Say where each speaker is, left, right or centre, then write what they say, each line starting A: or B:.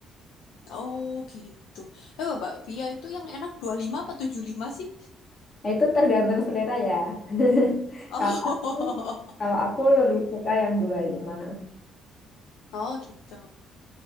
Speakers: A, on the left (about 75°); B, on the left (about 50°).
A: Oh, gitu. Eh, Bakpia itu yang enak 25 apa 75 sih?
B: nah, itu tergantung selera ya <laughs>
A: Oh,
B: kalau aku kalau aku lebih suka yang 25 lima.
A: <laughs> oh gitu.